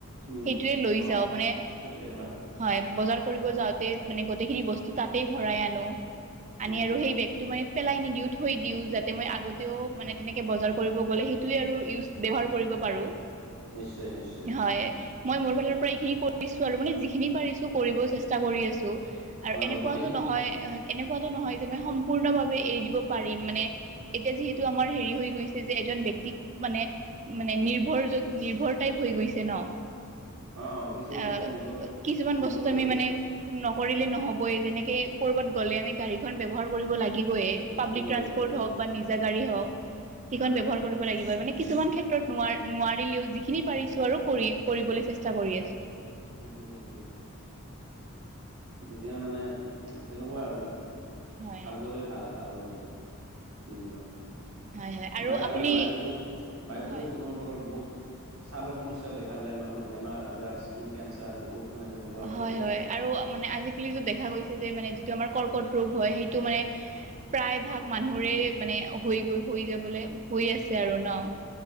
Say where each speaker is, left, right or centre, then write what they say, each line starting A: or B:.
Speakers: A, on the right (about 70°); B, on the right (about 35°).
A: উম
B: সেইটোৱে লৈ
A: অ
B: যাও মানে
A: সেইটোৱে
B: উম
A: ভাল
B: হয়, বজাৰ কৰিব যাওঁতে মানে গোটেইখিনি বস্তু তাতেই ভৰাই আনো। আনি
A: উম
B: আৰু সেই বেগটো মানে পেলাই নিদিও, থৈ দিওঁ যাতে মই আগত তেও মানে তেনেকে বজাৰ কৰিব গ'লে সেইটোয়ে আৰু ইউজ ব্যৱহাৰ কৰিব পাৰো।
A: নিশ্চয় নিশ্চয়
B: হয়। মই মোৰ ফালৰ পৰা এইখিনি কৰিছো আৰু, মানে যিখিনি পাৰিছো কৰিব চেষ্টা কৰি আছো। আৰু
A: হয়
B: এনেকুৱাতো
A: গোটেইখিনি
B: নহয় এনেকুৱাটো নহয় যে মই সম্পূৰ্ণভাৱে এৰি দিব পাৰিম, মানে এতিয়া যিহেতু- টো আমাৰ হেৰি হৈ গৈছে যে এজন ব্যক্তিক মানে, মানে নিৰ্ভৰ যা নিৰ্ভৰ টাইপ হৈ গৈছে ন।
A: অ কিছুমান
B: আহ
A: বস্তুত নিৰ্ভৰ
B: কিছুমান
A: নিৰ্ভৰ
B: বস্তুত
A: হৈ
B: আমি
A: গৈছে
B: মানে,
A: আৰু
B: নকৰিলে নহ'বই, যেনেকে কৰবাত গ'লে আমি গাড়ীখন ব্যৱহাৰ কৰিব লাগিবইে। পাব্লিক
A: লাগিবই
B: ট্ৰান্সপৰ্ট
A: লাগিব
B: হওক বা নিজা গাড়ী হওক সেইখন
A: হয়
B: ব্যৱহাৰ,
A: হয়
B: কৰিব লাগিব, মানে কিছুমান ক্ষেত্ৰত ন নোৱাৰিলেও যিখিনি পাৰিছো আৰু কৰি কৰিবলৈ চেষ্টা কৰি আছো।
A: সেইটোৱে সেইটোৱে, এতিয়া মানে উম তেনেকুৱা আৰু
B: হয়
A: ভাল গ'লে, ভাল ভাল লাগে দিন বিলাক।
B: হয় হয়
A: বায়ু
B: আপুনি
A: আৰু বায়ু প্ৰদূ বায়ু প্ৰদূষণৰ-
B: হয়
A: ফলত বহুত ছালৰ সমস্যাও দেখা যায় মানুহৰ বেমাৰ-আজাৰ স্কিন, কেঞ্চাৰ বহুত- মানে তেনেকুৱা হৈ
B: হয়
A: যায়
B: হয় আৰু মানে আজিকালি য'ত দেখা গৈছে যে মানে যিটো আমাৰ কৰ্কট ৰোগ হয়, সেইটো মানে- প্ৰায় ভাগ মানুহৰে মানে হৈ গৈ হৈ যাবলৈ হৈ আছে আৰু ন।